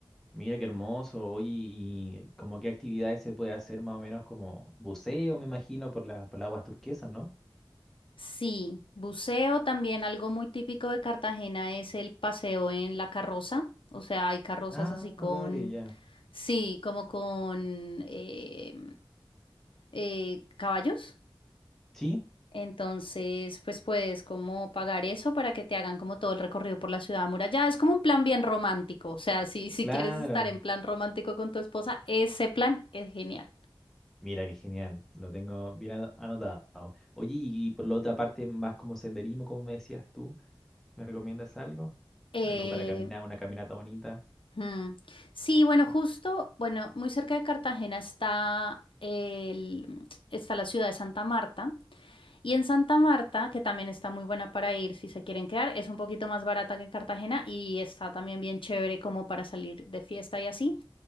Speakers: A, in the centre; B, on the left.
A: Mira, qué hermoso. Oye, ¿y como qué actividades se puede hacer más o menos como buceo, me imagino, por la, por las aguas turquesas, ¿no?
B: Sí, buceo también, algo muy típico de Cartagena es el paseo en la carroza, o sea, hay carrozas
A: Ah,
B: así con,
A: vale, ya.
B: sí, como con eh, eh, caballos.
A: Sí.
B: Entonces, pues puedes como pagar eso para que te hagan como todo el recorrido por la ciudad amurallada. Es como un plan bien romántico, o sea, si, si
A: Claro,
B: quieres estar en plan romántico con tu esposa, ese plan es genial.
A: mira qué genial, lo tengo bien ano- anotado. Oye, y por la otra parte, más como senderismo, como me decías tú, ¿me recomiendas algo?
B: Eh,
A: Algo para caminar, una caminata bonita.
B: Mm. Sí, bueno, justo, bueno, muy cerca de Cartagena está el, está la ciudad de Santa Marta. Y en Santa Marta, que también está muy buena para ir si se quieren quedar, es un poquito más barata que Cartagena y está también bien chévere como para salir de fiesta y así.